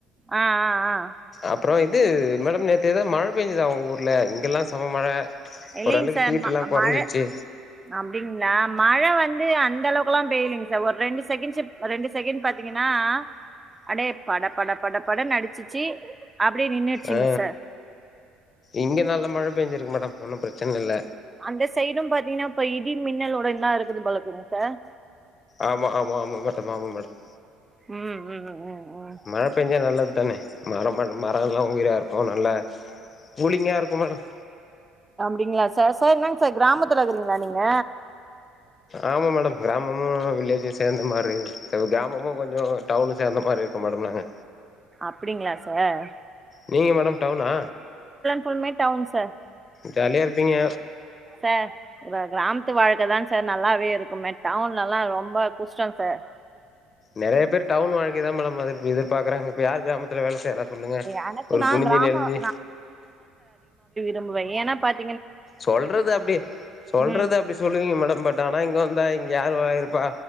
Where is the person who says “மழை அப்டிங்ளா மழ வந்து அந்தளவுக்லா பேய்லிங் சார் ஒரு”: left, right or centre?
Right